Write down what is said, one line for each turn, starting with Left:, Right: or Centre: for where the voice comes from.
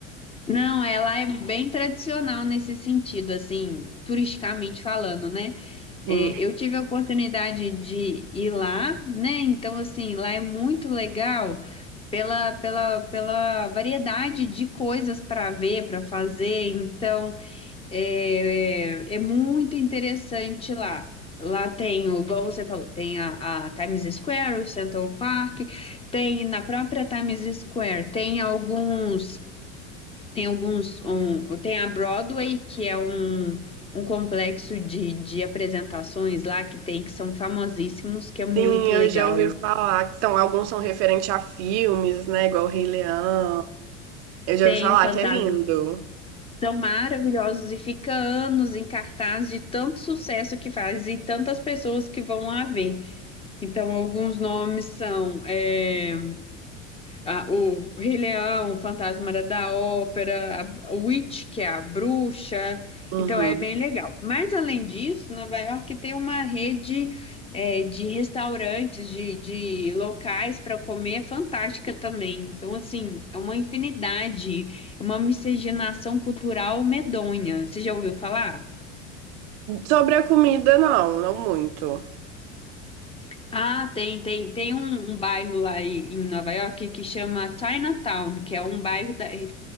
Left: Não, ela é bem tradicional nesse sentido, assim, turisticamente falando, né?
Right: Sim.
Left: É, eu tive a oportunidade de ir lá, né? Então, assim, lá é muito legal pela, pela, pela variedade de coisas para ver, para fazer. Então, é, é, é muito interessante lá. Lá tem, o- igual você falou, tem a, a Times Square, o Central Park, tem na própria Times Square, tem alguns. Tem alguns. Um, tem a Broadway, que é um, um complexo de, de apresentações lá que tem, que são famosíssimos, que é muito
Right: Sim, eu
Left: legal.
Right: já ouvi falar que são, alguns são referentes a filmes, né? Igual o Rei Leão. Eu já
Left: Tem
Right: ouvi falar
Left: o Fantasma.
Right: que é lindo.
Left: São maravilhosos e fica anos em cartaz de tanto sucesso que faz e tantas pessoas que vão lá ver. Então, alguns nomes são. é, a- o Rei Leão, o Fantasma da Ópera, a a Witch, que é a bruxa.
Right: Uhum.
Left: Então é bem legal. Mas além disso, Nova York tem uma rede é, de restaurantes, de, de locais para comer fantástica também. Então, assim, é uma infinidade, é uma miscigenação cultural medonha. Você já ouviu falar?
Right: Sobre a comida, não, não muito.
Left: Ah, tem, tem, tem um, um bairro lá em em Nova York que chama Chinatown, que é um bairro da- é,